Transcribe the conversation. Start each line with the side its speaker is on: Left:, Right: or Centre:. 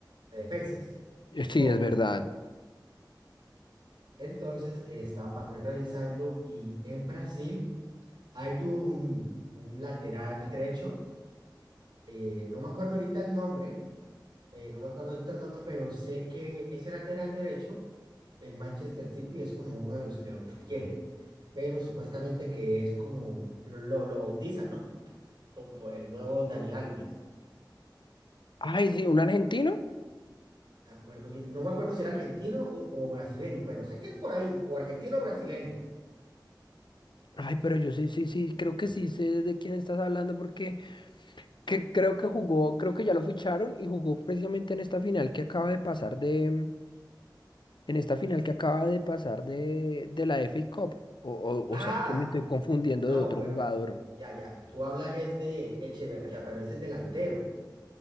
Right: de defensas, muy
Left: Sí,
Right: poco.
Left: es verdad.
Right: Entonces, eh, estaba revisando y en Brasil hay un, un lateral derecho, eh, no me acuerdo ahorita el nombre, eh, no me acuerdo ahorita el nombre, pero sé que ese lateral derecho, el Manchester City es como uno de los que lo quiere, pero supuestamente que es como lo, lo bautizan, ¿no? Como el nuevo Dani Alves.
Left: Ay, sí, un argentino.
Right: Me acuerdo bien- No me acuerdo si era argentino o, o brasileño, pero sé que es por ahí, o argentino o brasileño.
Left: Ay, pero yo sí, sí, sí, creo que sí sé de quién estás hablando porque que creo que jugó, creo que ya lo ficharon y jugó precisamente en esta final que acaba de pasar de, en esta final que acaba de pasar de, de la FA Cup. O, o-
Right: Ah,
Left: o será que me estoy confundiendo
Right: n- no,
Left: de otro
Right: pero
Left: jugador?
Right: ya, ya, tú hablas es de Echeverría, pero ese es delantero,